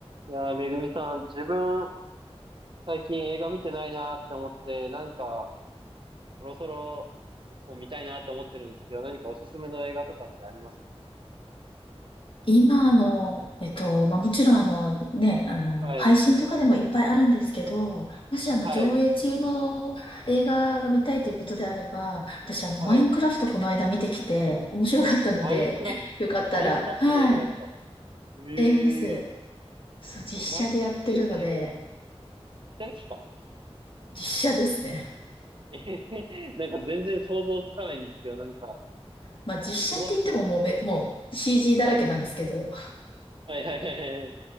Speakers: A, on the right; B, on the left.
A: いやー、めぐみさん、自分、最近映画見てないなーって思って、何か、そろそろ、一本見たいなって思ってるんですけど、何かおすすめの映画とかってありますかね
B: 今の、えっと、まあ、もちろんあのね、あの、
A: はい、
B: 配信とかでもいっぱいあるんですけど、もしあの、
A: はい、
B: 上映中の映画が見たいということであれば、私あの、
A: はい。
B: マインクラフトこの間見てきて、面白かったので、
A: マインクラフト、
B: <laughs> よかったら、
A: マインクラフトの映画ですか
B: はい、
A: えー、
B: 映画です。そう、実写でやってるので、
A: そう、マインクラフトで、え、実際ですか
B: 実写ですね。
A: えへへ <laughs> なんか全然想像つかないんですけど、なんか、
B: まあ、実写って言ってももうめ、
A: あの、ブロックの、
B: もう CG だらけなんですけど、
A: はい、はい、はい、はいはい、